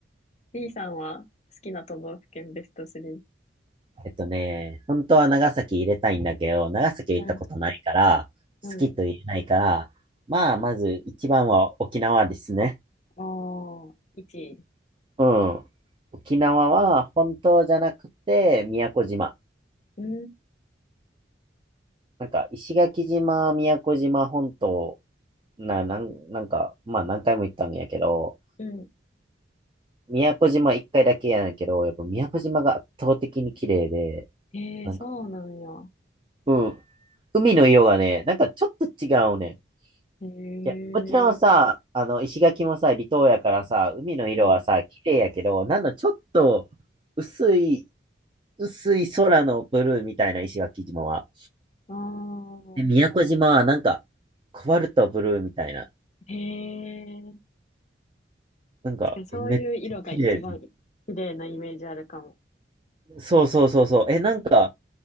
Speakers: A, on the left (about 35°); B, on the right (about 25°).
A: B さんは好きな都道府県ベスト3。
B: えっとね、本当は長崎入れたいんだけど、長崎行ったことないから、
A: うん、うん。
B: 好きと言えないから、まあ、まず一番は沖縄ですね。
A: ああ、1位。
B: うん。沖縄は本島じゃなくて、宮古島。
A: うん、
B: なんか、石垣島、宮古島本島、な、なん、なんか、まあ何回も行ったんやけど、
A: うん。
B: 宮古島一回だけやねんけど、やっぱ宮古島が圧倒的に綺麗で、
A: へえ、
B: なんか、
A: そうなんや。
B: うん。海の色がね、なんかちょっと違うねん。
A: へえ、
B: いや、こっちのさ、あの、石垣もさ、離島やからさ、海の色はさ、
A: うん。
B: 綺麗やけど、なんのちょっと、薄い、薄い空のブルーみたいな石垣島は。
A: ああ、
B: で、宮古島はなんか、コバルトブルーみたいな。
A: へえ。
B: なんか、
A: 確かにそういう色が一番綺麗なイメージあるかも。
B: えめっちゃ綺麗。そうそうそうそう。え、なんか、